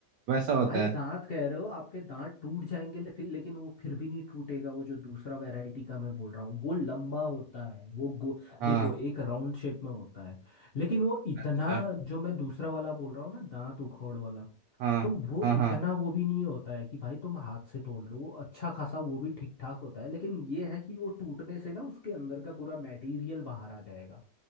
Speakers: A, on the right; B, on the left.
A: वैसा होता
B: भाई
A: है
B: दांत कह रहे हो आपके दांत टूट जाएंगे ले, फिर लेकिन वो फिर भी नहीं टूटेगा वो जो दूसरा वैरायटी का मैं बोल रहा हूँ वो लंबा होता है वो गो
A: हाँ
B: देखो एक राउंड शेप में होता है लेकिन वो इतना
A: अच्छा
B: जो मैं दूसरा वाला बोल रहा हूँ ना दांत उखोड़ वाला
A: हाँ
B: तो वो
A: हाँ
B: इतना
A: हाँ
B: वो भी नहीं होता है कि भाई तुम हाथ से तोड़ लो वो अच्छा खासा वो भी ठीक ठाक होता है लेकिन ये है कि वो टूटने से ना उसके अंदर का पूरा मटेरियल बाहर आ जाएगा